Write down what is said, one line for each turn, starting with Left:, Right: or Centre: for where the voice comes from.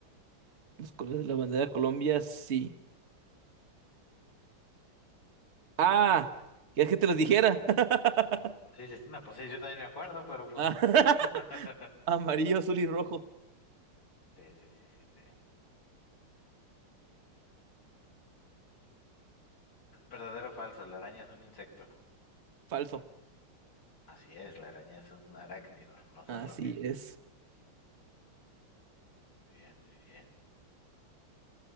Right: Los colores de la bandera de Colombia, sí. Ah, ¿quieres que te los dijera? <laughs>
Left: Sí, sí, sí, no, pues sí, yo también me acuerdo, pero pues.
Right: Ah,
Left: <laughs>
Right: <laughs> Amarillo, azul y rojo.
Left: Sí, sí, sí, sí, sí. Verdadero o falso, la araña es un insecto.
Right: Falso.
Left: Así es, la araña es un arácnido, no son
Right: Así
Left: lo mismo.
Right: es.
Left: Muy bien, muy bien.